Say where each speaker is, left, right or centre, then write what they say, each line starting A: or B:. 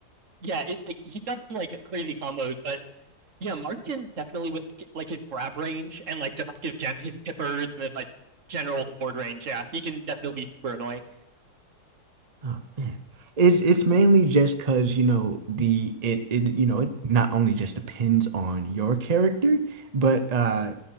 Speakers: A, on the right (about 50°); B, on the right (about 35°).
A: yeah. It's like he does some like crazy combos, but yeah, Marth can definitely with like his grab range and like just his gen his tippers and his like general board range. Yeah, he can definitely be super annoying.
B: Oh man. It's it's mainly just because you know, the it it you know, it not only just depends on your character, but uh